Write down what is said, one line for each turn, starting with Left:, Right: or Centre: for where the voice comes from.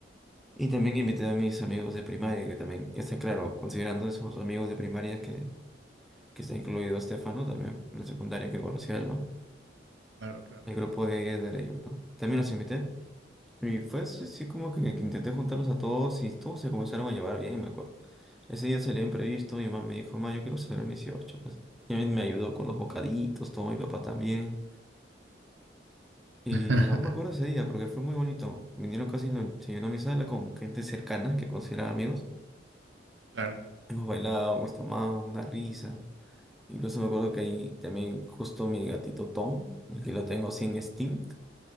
Centre: Y también invité a mis amigos de primaria, que también, está claro, considerando esos amigos de primaria que, que está incluido Estefano, también en secundaria que conocía él, ¿no?
Right: Claro, claro,
Centre: el grupo de, de ellos, ¿no? También los invité. Y fue así, sí, como que, que intenté juntarlos a todos y todos se comenzaron a llevar bien, me acuerdo. Ese día salió imprevisto, mi mamá me dijo, ma, yo quiero celebrar mis 18, pues. Y a mí me ayudó con los bocaditos, todo, mi papá también. Y
Right: <laughs>
Centre: aún me acuerdo ese día porque fue muy bonito. Vinieron casi, lo- se llenó mi sala con gente cercana que consideraba amigos.
Right: claro.
Centre: Hemos bailado, hemos tomado una risa. Incluso me acuerdo que ahí también justo mi gatito Tom, el que lo tengo así en Steam.